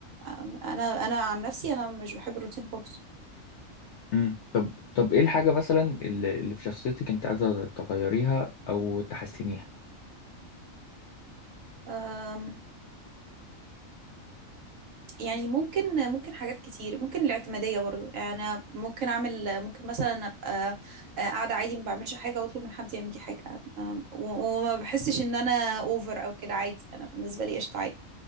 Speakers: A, on the right; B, on the left.
A: أم- انا انا عن نفسي انا مش بحب الروتين خالص
B: امم طب طب ايه الحاجة مثلا اللي اللي في شخصيتك انت عايزة تغيريها او تحسنيها
A: أم، يعني ممكن ممكن حاجات كتير ممكن الاعتمادية برضو يعني أنا ممكن أعمل ممكن مثلا أبقى قاعدة عادي ما بعملش حاجة وأطلب من حد يعمل لي حاجة أم، و- وما بحسش إن أنا أوفر أو كده عادي أنا بالنسبة لي قشطة عادي